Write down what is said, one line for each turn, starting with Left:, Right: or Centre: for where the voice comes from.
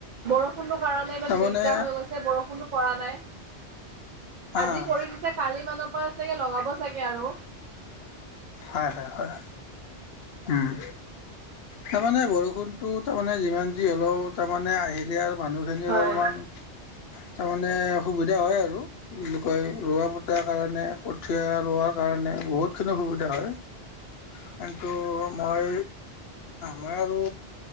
Right: বৰষুণটো কাৰণে ইমান
Left: তাৰমানে
Right: দিগদাৰ হৈ গৈছে বৰষুণো পৰা নাই। আজি
Left: আহ
Right: কৰি দিছে কালি মানৰ পৰা চাগে লগাব চাগে আৰু।
Left: হয়, হয়, হয়, উম। তাৰমানে বৰষুণতো তাৰমানে যিমান যি হ'লেও তাৰমানে আহিলে আৰু মানুহখিনি
Right: হয়
Left: অলমান তাৰমানে সুবিধা হয় আৰু কি বুলি কয় ৰোৱা বতাৰ কাৰণে কঠীয়া ৰোৱাৰ কাৰণে। বহুতখিনি সুবিধা হয়। কিন্তু মই মই আৰু